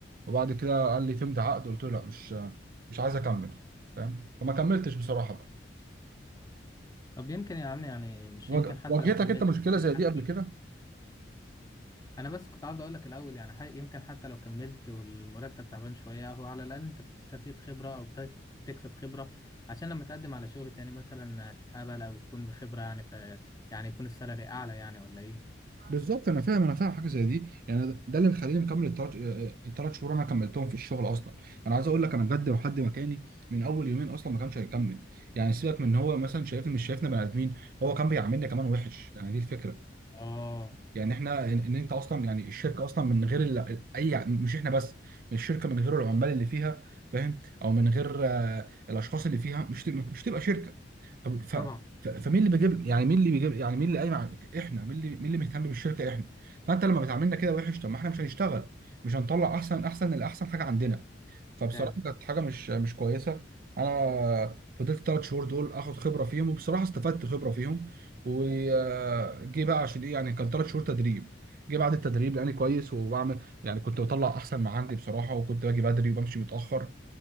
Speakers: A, on the right; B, on the left.
A: وبعد كده قال لي تمضي عقد قلت له لا مش مش عايز اكمل فاهم فما كملتش بصراحه بقى
B: طب يمكن يا عم يعني مش
A: واجه-
B: يمكن حتى
A: واجهتك
B: لو كملت
A: انت مشكله
B: يمكن
A: زي دي
B: حتى
A: قبل كده
B: انا بس كنت عاوز اقول لك الاول يعني حي... يمكن حتى لو كملت والمرتب تعبان شويه هو على الاقل انت بتستفيد خبره او بت- بتكسب خبره عشان لما تقدم على شغل تاني مثلا تتقبل او تكون بخبره يعني ف يعني يكون السالري اعلى يعني ولا ايه
A: بالظبط انا فاهم انا فاهم حاجه زي دي يعني ده ده اللي مخليني مكمل التلات آه، التلات شهور انا كملتهم في الشغل اصلا انا عايز اقول لك انا بجد لو حد مكاني من اول يومين اصلا ما كانش هيكمل يعني سيبك من ان هو مثلا شايفني مش شايفنا بني ادمين هو كان بيعاملنا كمان وحش يعني دي الفكره
B: اه
A: يعني احنا ان إن انت اصلا يعني الشركه اصلا من غير ال- اي مش احنا بس من الشركه من غير العمال اللي فيها فاهم او من غير آه، الاشخاص اللي فيها مش تبقى- مش تبقى شركه طب ف...
B: طبعا
A: ف... فمين اللي بيجيب يعني مين اللي بيجيب يعني مين اللي قايم على- احنا مين اللي مين اللي مهتم بالشركه احنا فانت لما بتعاملنا كده وحش طب ما احنا مش هنشتغل مش هنطلع احسن احسن الاحسن حاجه عندنا فبصراحه
B: فعلا
A: كانت حاجه مش مش كويسه انا فضلت ثلاث شهور دول اخد خبره فيهم وبصراحه استفدت خبره فيهم وجي بقى عشان ايه يعني كان ثلاث شهور تدريب جه بعد التدريب لاني كويس وبعمل يعني كنت بطلع احسن ما عندي بصراحه وكنت باجي بدري وبمشي متاخر